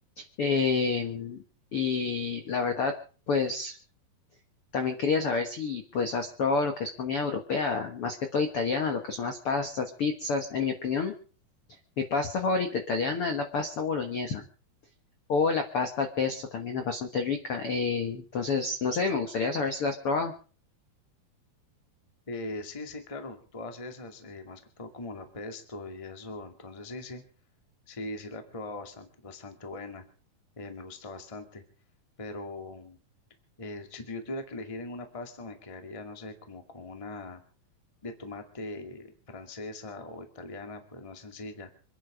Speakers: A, on the left; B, on the left.
A: Em, y la verdad, pues... También quería saber si pues has probado lo que es comida europea, más que todo italiana, lo que son las pastas, pizzas. En mi opinión, mi pasta favorita italiana es la pasta boloñesa o la pasta al pesto, también es bastante rica. eh, entonces, no sé, me gustaría saber si la has probado.
B: Eh, sí, sí, claro, todas esas, eh, más que todo como la pesto y eso, entonces sí, sí. Sí, sí la he probado bastante, bastante buena, eh, me gusta bastante, pero eh, si yo tuviera que elegir en una pasta me quedaría, no sé, como con una de tomate francesa o italiana, pues no es sencilla,